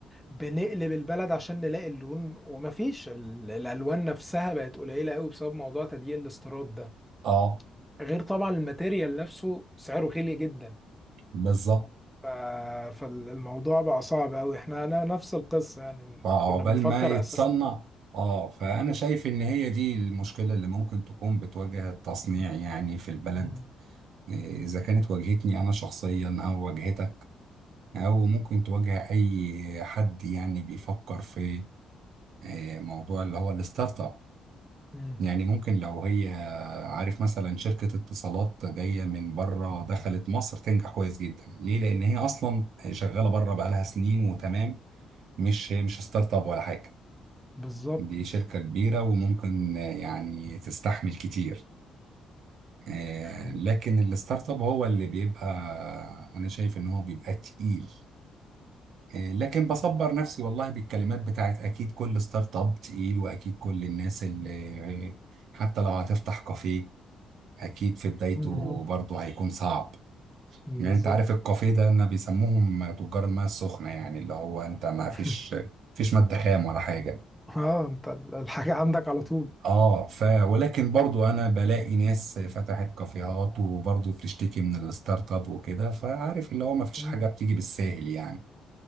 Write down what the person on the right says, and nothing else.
اه
بالظبط
فعقبال
ما يتصنع
اه فانا شايف ان هي دي المشكله اللي ممكن تكون بتواجه التصنيع يعني في البلد
إيه، اذا كانت واجهتني انا شخصيا او واجهتك او ممكن تواجه اي حد يعني بيفكر في آه، موضوع اللي هو الستارت اب
يعني ممكن لو هي عارف مثلا شركة اتصالات جاية من بره دخلت مصر تنجح كويس جدا ليه؟ لأن هي أصلا شغالة بره بقالها سنين وتمام مش مش ستارت اب ولا حاجة
دي شركة كبيرة وممكن يعني تستحمل كتير آه،
لكن الستارت اب هو اللي بيبقى أنا شايف إن هو بيبقى تقيل آه، لكن بصبر نفسي والله بالكلمات بتاعت أكيد كل ستارت اب تقيل وأكيد كل الناس اللي حتى لو هتفتح كافيه أكيد في بدايته
برضه هيكون صعب
يعني انت عارف الكافيه ده ان بيسموهم تجار الماء السخنه يعني اللي هو انت ما فيش
فيش ماده خام ولا حاجه
اه ف ولكن برضو انا بلاقي ناس فتحت كافيهات وبرضو بتشتكي من الستارت اب وكده فعارف اللي هو ما فيش
حاجه بتيجي بالساهل يعني